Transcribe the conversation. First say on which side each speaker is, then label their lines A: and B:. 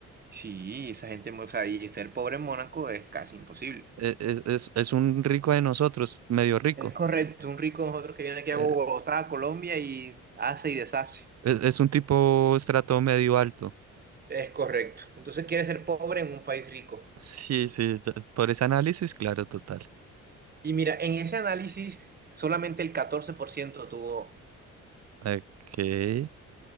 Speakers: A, on the right; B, on the right.
A: Sí, esa gente, o sea, y ser pobre en Mónaco es casi imposible.
B: E- Es, es- es un rico de nosotros, medio rico.
A: Es correcto, un rico nosotros que viene aquí a
B: Eh,
A: Bogotá, Colombia y hace y deshace.
B: Es, es un tipo estrato medio alto.
A: Es correcto. Entonces quiere ser pobre en un país rico.
B: Sí, sí, ya- por ese análisis, claro, total.
A: Y mira, en ese análisis solamente el 14% tuvo.
B: Ok.